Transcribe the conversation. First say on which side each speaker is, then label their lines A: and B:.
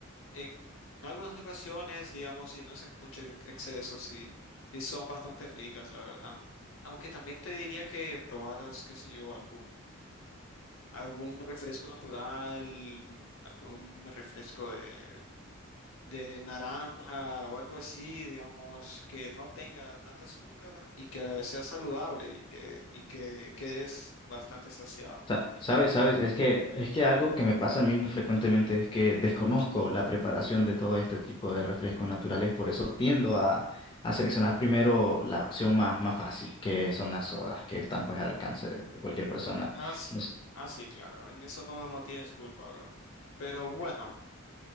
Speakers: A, on the left (about 70°); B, on the left (about 25°).
A: En algunas ocasiones, digamos, si no es en mucho ex- exceso, sí, sí son bastante ricas, la verdad. Aunque también te diría que probaras, qué sé yo, algún, algún refresco natural, mm, algún refresco de, de naranja o algo así, digamos, que no tenga tanta azúcar y que a la vez sea saludable y que, y que, que es bastante saciado.
B: Sa- Sabes, sabes, es que es que algo que me pasa a mí muy frecuentemente es que desconozco la preparación de todo este tipo de refrescos naturales, por eso tiendo a, a seleccionar primero la opción más, más fácil, que son las sodas, que están pues al alcance de de cualquier persona.
A: Ah, s-
B: No sé.
A: ah, sí, claro, en eso no, no tienes culpa, bro. Pero bueno.